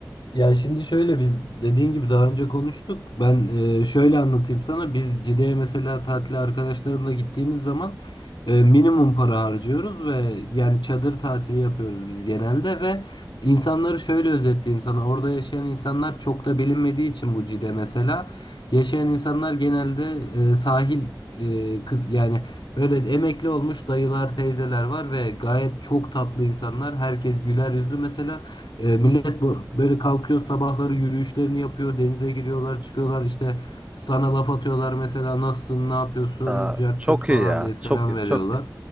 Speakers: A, on the left; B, on the right.
A: Ya şimdi şöyle biz dediğin gibi daha önce konuştuk. Ben e, şöyle anlatayım sana. Biz Cide'ye mesela tatile arkadaşlarımla gittiğimiz zaman e, minimum para harcıyoruz ve yani çadır tatili yapıyoruz biz genelde ve insanları şöyle özetleyeyim sana. Orada yaşayan insanlar çok da bilinmediği için bu Cide mesela. Yaşayan insanlar genelde e, sahil e, kız yani böyle emekli olmuş dayılar, teyzeler var ve gayet çok tatlı insanlar. Herkes güler yüzlü mesela. E, millet bu böyle kalkıyor sabahları yürüyüşlerini yapıyor, denize giriyorlar, çıkıyorlar işte sana laf atıyorlar mesela nasılsın, ne yapıyorsun,
B: Ha,
A: cart
B: çok
A: curt falan
B: iyi ya.
A: diye selam
B: Çok iyi.
A: veriyorlar.
B: Çok iyi.